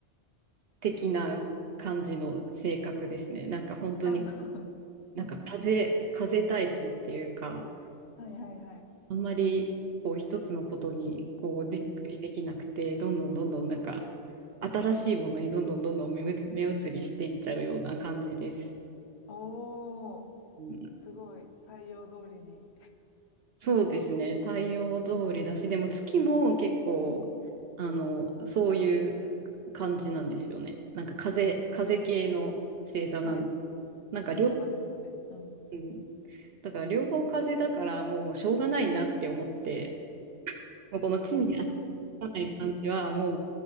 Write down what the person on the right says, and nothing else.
的な感じの性格ですね。なんか本当に
なんか風、
風タイプっていうか、
あんまりこう一つのことにこうじっくりできなくて、
どんどんどんどんなんか新しいものにどんどんどんどん目移目移りしていっちゃうような感じです。
うん、
そうですね。太陽通りだし、でも月も結構、
あの、そういう感じなんですよね。なんか風、風系の星座なの。
なんか両、
うん、だから両方風だからもう、もうしょうがないなって思って、もうこの地にない感じはも